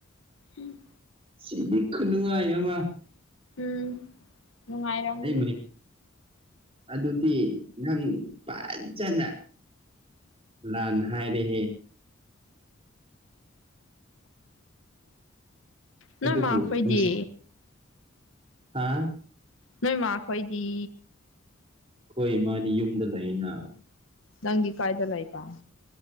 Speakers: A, on the left; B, on the right.
A: ꯎꯝ
B: ꯁꯤꯗꯤ ꯀꯅꯅꯨꯡꯉꯃ
A: ꯎꯝ ꯅꯨꯡꯉꯥꯏꯔꯣꯃꯅꯤ
B: ꯃꯅꯤ ꯑꯗꯨꯗꯤ ꯅꯪ ꯐꯖꯅ ꯂ ꯅꯍꯥꯏꯔꯦ
A: ꯅꯣꯏꯃꯥ
B: ꯑꯗꯨꯗꯕꯨꯣ
A: ꯈꯣꯏꯗꯤ
B: ꯅꯁꯤ ꯍꯥꯥ
A: ꯅꯣꯏ ꯃꯥ ꯈꯣꯏꯗꯤ
B: ꯍꯣꯏ ꯃꯥꯗꯤ ꯌꯨꯝꯗ ꯂꯩꯅ
A: ꯅꯪ ꯀꯥꯏꯗꯂꯥꯏꯇ